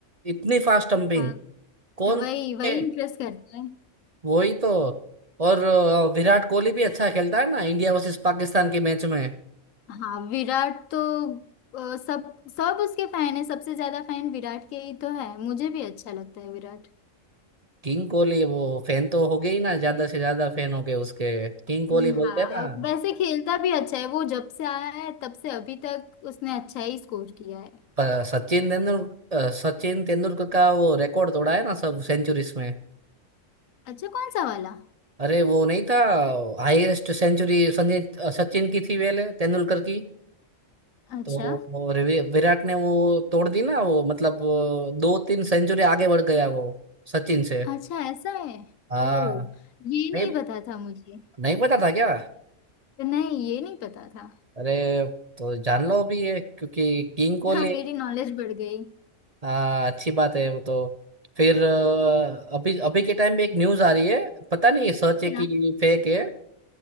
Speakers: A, on the right; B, on the left.
A: इतनी फास्ट स्टंपिंग
B: हाँ
A: कौन
B: तो वही वही
A: है
B: इम्प्रेस करता है
A: वही तो और अ, विराट कोहली भी अच्छा खेलता है ना इंडिया वर्सेस पाकिस्तान के मैच में
B: हाँ विराट तो अ, सब सब उसके फैन है सबसे ज्यादा फैन विराट के ही तो है मुझे भी अच्छा लगता है विराट
A: किंग कोहली वो फैन तो हो गए ही ना ज्यादा से ज्यादा फैन हो गए उसके किंग कोहली
B: हम्म,
A: बोलते
B: हाँ
A: हैं ना
B: वैसे खेलता भी अच्छा है वो जब से आया है तब से अभी तक उसने अच्छा ही स्कोर किया है
A: प- सचिन तेंदुलकर अ, सचिन तेंदुलकर का वो रिकॉर्ड तोड़ा है ना सब सेंचुरीज में
B: अच्छा कौन सा वाला
A: अरे वो नहीं था हाईएस्ट सेंचुरी संजय अ, सचिन की थी पहले तेंदुलकर की
B: अच्छा
A: तो वो रिवी- विराट ने वो तोड़ दी ना वो मतलब वो दो तीन सेंचुरी आगे बढ़ गया वो सचिन से
B: अच्छा ऐसा है
A: हाँ
B: ओ ये नहीं
A: नहीं
B: पता था मुझे
A: नहीं पता था क्या
B: नहीं ये नहीं पता था
A: अरे तो जान लो अभी ये क्योंकि किंग कोहली
B: हाँ मेरी नॉलेज बढ़ गई
A: हाँ अच्छी बात है वो तो फिर अ, अभी अभी के टाइम पे एक न्यूज आ रही है पता नहीं ये सच है
B: क्या
A: कि फेक है